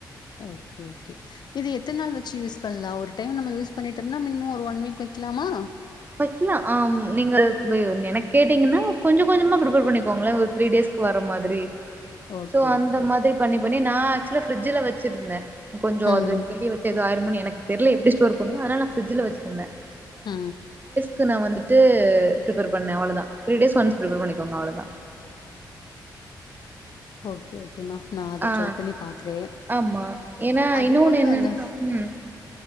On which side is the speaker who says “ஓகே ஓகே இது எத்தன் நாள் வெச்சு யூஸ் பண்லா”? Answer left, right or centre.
Left